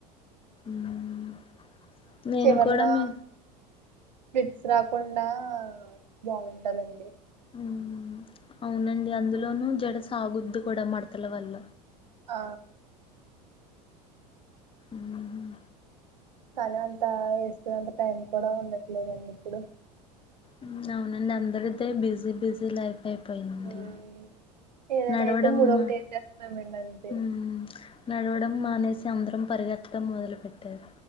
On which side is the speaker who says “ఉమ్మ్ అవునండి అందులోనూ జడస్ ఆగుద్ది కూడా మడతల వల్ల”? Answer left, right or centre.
Left